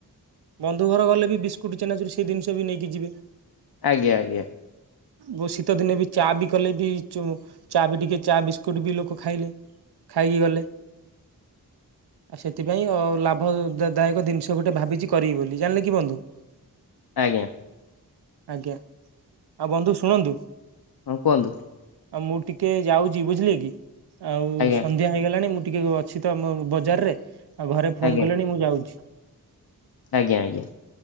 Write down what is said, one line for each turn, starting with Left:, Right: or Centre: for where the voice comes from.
Right: ବନ୍ଧୁ ଘର ଗଲେ ବି ବିସ୍କୁଟ ଚେନାଚୁର ସେ ଜିନିଷ ବି ନେଇକି ଯିବେ।
Left: ଆଜ୍ଞା ଆଜ୍ଞା।
Right: ବୋଉ ଶୀତ ଦିନେ ବି ଚା ବି କଲେ ବି ଚୁମୁ ଚା ବି ଟିକେ ଚା ବିସ୍କୁଟ ବି ଲୋକ ଖାଇଲେ ଖାଇକି ଗଲେ। ଆଉ ସେଥିପାଇଁ ଅ ଲାଭ ଦା ଦାୟକ ଜିନିଷ ଗୋଟେ ଭାବିଚି କରିବି ବୋଲି ଜାଣିଲେ କି ବନ୍ଧୁ।
Left: ଆଜ୍ଞା।
Right: ଆଜ୍ଞା ଆଉ ବନ୍ଧୁ ଶୁଣନ୍ତୁ।
Left: ହଁ କୁହନ୍ତୁ
Right: ଆଉ ମୁଁ ଟିକେ ଯାଉଚି ବୁଝିଲେ କି ଆଉ ସନ୍
Left: ଆଜ୍ଞା
Right: ସଂଧ୍ୟା ହେଇଗଲାଣି ମୁଁ ଟିକେ ଅଛି ତ ମ ବଜାରରେ ଆଉ ଘରେ ଫୋନ
Left: ଆଜ୍ଞା
Right: କଲେଣି ମୁଁ ଯାଉଛି।
Left: ଆଜ୍ଞା ଆଜ୍ଞା।